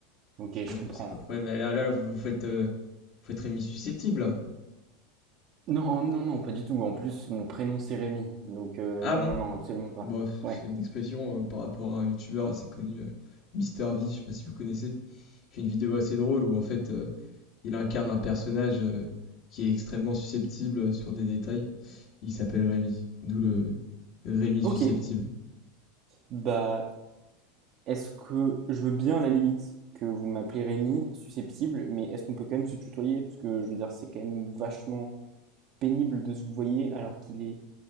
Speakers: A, on the right; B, on the left.
A: Ok,
B: c'est
A: je
B: quoi, ce-
A: comprends.
B: c'est quoi le problème? Là, là, là, vous vous faites, euh, vous faites Rémi susceptible. là.
A: Non, non, non, pas du tout. En plus, mon prénom c'est Rémi. Donc, euh,
B: Ah
A: non,
B: bon?
A: non, non, absolument pas.
B: Bon,
A: Ouais.
B: c'est une expression euh, par rapport à un youtubeur assez connu, euh, Mister V, je sais pas si vous connaissez. J'ai une vidéo assez drôle où en fait euh, il incarne un personnage euh, qui est extrêmement susceptible euh, sur des détails. Il s'appelle Rémi, d'où le Rémi
A: Ok.
B: susceptible.
A: Bah, Est-ce que je veux bien à la limite que vous m'appelez Rémi, susceptible, mais est-ce qu'on peut quand même se tutoyer? Parce que je veux dire, c'est quand même vachement pénible de se vouvoyer alors qu'il est